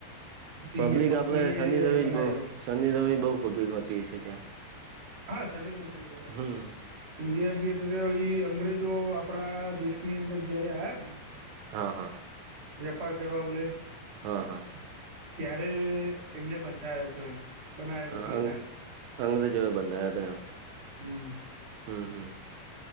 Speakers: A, on the right; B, on the right.
A: પબ્લિક
B: ઇન્ડિયા કંપનીએ
A: આપલે શનિ રવિ
B: બનાવેલો
A: બહુ શનિ રવિ બહુ પબ્લિક હોતી હસે ત્યાં.
B: હા સની રવિ ઉઉ
A: હમ્મ.
B: ઈન્ડિયા ગેટ તો હિ અંગ્રેજો આપણા દેશની અંદર જયારે આયા ન
A: હા હા.
B: વેપાર કરવા બલે.
A: હા હા
B: ત્યારે એમને બંધાયો હતો એમ. બનાવેલો
A: હા
B: ગેટ
A: અ
B: આ એમ
A: અંગ્રેજો બંધાયા તા એમ.
B: હમ.
A: હમ હમ.